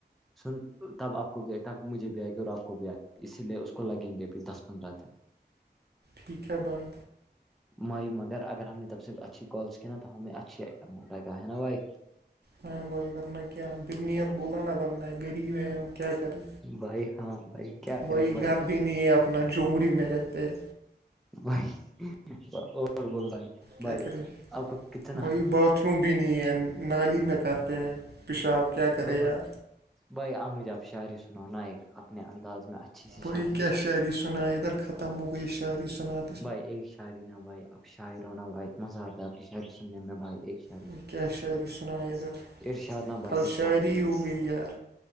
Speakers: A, in the centre; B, on the right.
A: سن تب آپ کو بھی آئے تب مجھے بھی آئے اور آپ کو بھی آئے اسی لیے اس کو لگیں گے بھی دس پندرہ دن
B: ٹھک ہے بائی
A: مائی مگر اگر ہم نے تب سے اچھی کالس کی نا تو ہم اچھی ملگا ہے نا بھائی
B: ہ بھائی ورنہ کیا بدنر بول نا بننا ہے غریب ہے ہم کیا کرے
A: بھائی ہاں بھائی کیا کرے
B: وہی
A: بھائی
B: گھر بھی نہیں ہے اپنا جومڑی میں رہتے ہے
A: بھائی اور بول بھائی
B: کیا کریں
A: آ کو کت <unintelligible>
B: بھائی باتھ روم بھی نہیں ہے نالی میں کرتے ہیں پیشاب کیا کرے
A: ہیلو بھائی
B: یار
A: بھائی آپ مجھے آپ شاعری سناؤ نا ایک اپنے انداز میں اچھی سی
B: بھائی
A: شاعری
B: کیا شاعری سنا ادھر ختم ہو گئی شاعری سنا
A: بھائی ایک شاعری نہ بھائی اپ شاعر ہوناا بھائی مزہ آتا ہے آپ کی شاعری سننے میں بھائی ایک شاع
B: میں کیا شاعری سنا ہے ادھر
A: ارشاد نا بھائی
B: کل
A: ارشاد
B: شاعری ہوگئی یار